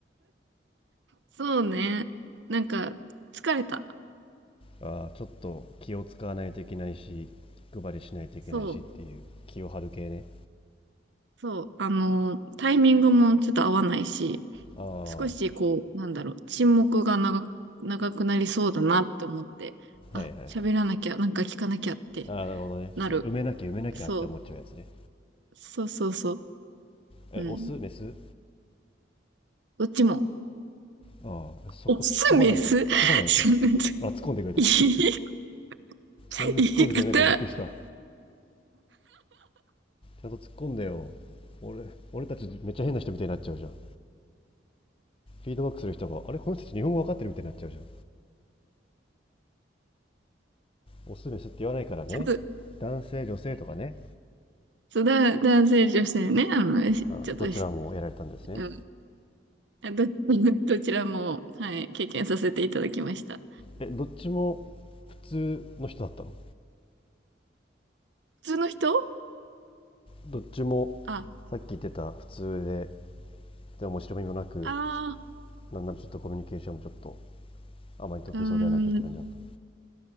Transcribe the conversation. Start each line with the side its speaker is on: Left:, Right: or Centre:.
Right: そうね。なんか、疲れた。
Left: ああちょっと気を使わないといけないし気配りしないといけないしっていう気を張る系ね
Right: そう。そう。あの、タイミングもちょっと合わないし、
Left: ああは
Right: 少しこう、なんだろう、沈黙が長、長くなりそうだなって思って、あ、
Left: いはいはい
Right: 喋らなきゃ、なんか聞かなきゃって
Left: ああなるほどねちょっと埋めなきゃ埋めなきゃって思っちゃうやつね
Right: なるそう。そうそうそう。
Left: え、
Right: うん。
Left: オスメス
Right: どっちも。
Left: ああ、そこ突っ込まないんかい。
Right: オス、メス <laughs>
Left: 突っ込まないんかい。あ、突っ込んでくれた。
Right: 言い、
Left: <laughs>
Right: <laughs> 言い方。
Left: 全然突っ込んでくれないからびっくりした。ちゃんと突っ込んでよ。俺、俺たちめっちゃ変な人みたいになっちゃうじゃん。フィードバックする人が、あれ、この人たち日本語わかってるみたいになっちゃうじゃん。オスメスって言わないからね。
Right: ちょっと、
Left: 男性、女性とかね。
Right: そう、だ、男性、女性ね。あの、しちょっとし、
Left: ああどちらもやられたんですね。
Right: うん。あど、<laughs> どちらも、はい、経験させていただきました。
Left: え、どっちも普通の人だったの
Right: 普通の人
Left: どっちも
Right: あ、
Left: さっき言ってた普通で、で面白みもなく、
Right: あ
Left: なんならちょっとコミュニケーションもちょっとあまり得意そうではなくって感じだった
Right: ー、うーん。